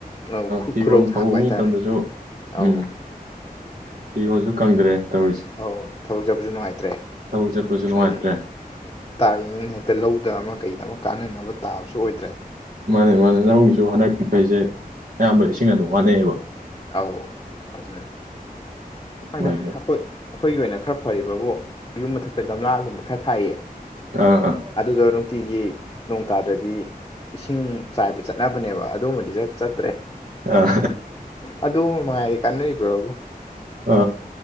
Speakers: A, on the left; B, on the right.
A: ꯑꯧ ꯈꯨ
B: ꯐꯤꯔꯣꯜ
A: ꯈꯨꯔꯧ
B: ꯐꯧꯕ
A: ꯊꯥꯡꯕ ꯍꯥꯏꯇꯥꯔꯦ
B: ꯃꯇꯝꯗꯁꯨ
A: ꯑꯧ
B: ꯎꯝ ꯐꯤꯔꯣꯜꯁꯨ ꯀꯪꯗ꯭ꯔꯦ ꯇꯧꯔꯤꯁꯦ
A: ꯑꯧ ꯊꯕꯛ ꯆꯠꯕꯁꯨ ꯅꯨꯡꯉꯥꯏꯇ꯭ꯔꯦ
B: ꯊꯕꯛ ꯆꯠꯄꯁꯨ ꯅꯨꯡꯉꯥꯏꯇ꯭ꯔꯦ
A: ꯑꯗꯒꯤ ꯇꯥꯔꯤꯅꯤꯅ ꯍꯦꯛꯇ ꯂꯧꯗ ꯑꯃ ꯀꯩꯗ ꯑꯃ ꯀꯥꯟꯅꯅꯕ ꯇꯥꯕꯁꯨ ꯑꯣꯏꯗ꯭ꯔꯦ
B: ꯃꯥꯅꯦ ꯃꯥꯅꯦ ꯂꯧꯒꯤꯁꯨ ꯍꯟꯗꯛ ꯄꯤꯛꯈꯩꯁꯦ ꯑꯌꯥꯝꯕ ꯏꯁꯤꯡ ꯑꯗꯨꯝ ꯋꯥꯅꯩꯌꯦꯕ
A: ꯑꯩ ꯑꯗꯨ
B: ꯑꯗꯨꯃꯥꯏꯅ
A: ꯈꯪꯗꯦ ꯑꯈꯣꯏ ꯑꯩꯈꯣꯏꯒꯤ ꯑꯣꯏꯅ ꯈꯔ ꯐꯔꯤꯕꯕꯨ ꯌꯨꯝ ꯃꯊꯛꯇ ꯒꯝꯂꯥꯒꯨꯝꯕ ꯈꯔ ꯊꯥꯏꯌꯦ
B: ꯑꯥ ꯑꯥ
A: ꯑꯗꯨꯗꯣ ꯅꯨꯡꯇꯤꯒꯤ ꯅꯣꯡ ꯇꯥꯗ꯭ꯔꯗꯤ ꯏꯁꯤꯡ ꯆꯥꯏꯕ ꯆꯠꯅꯕꯅꯦꯕ ꯑꯗꯨꯃꯗꯤ ꯆꯠ ꯆꯠꯇ꯭ꯔꯦ
B: ꯑꯥ
A: ꯑꯗꯨꯃ ꯃꯉꯥꯏꯔꯦ ꯀꯥꯟꯅꯔꯤꯕꯕꯨ
B: ꯑ